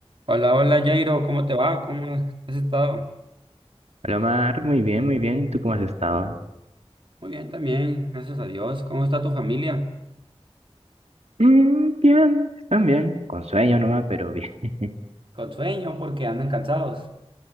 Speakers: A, on the right; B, on the right.
A: Hola, hola Jairo, ¿cómo te va? ¿Cómo has estado?
B: Hola Omar, muy bien, muy bien. ¿Y tú cómo has estado?
A: Muy bien también, gracias a Dios. ¿Cómo está tu familia?
B: Mm, bien, también, con sueño nomás, pero bien. <laughs>
A: Con sueño porque andan cansados.